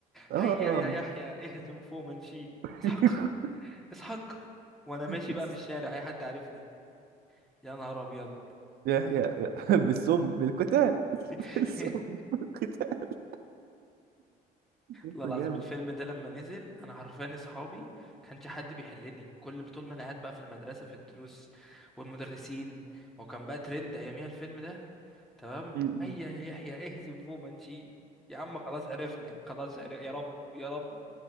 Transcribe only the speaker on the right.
اه
<laughs>
بس
يا يا يا- بالسم بالقتال <laughs>
بالسم بالقتال لسه
جامد
م-م.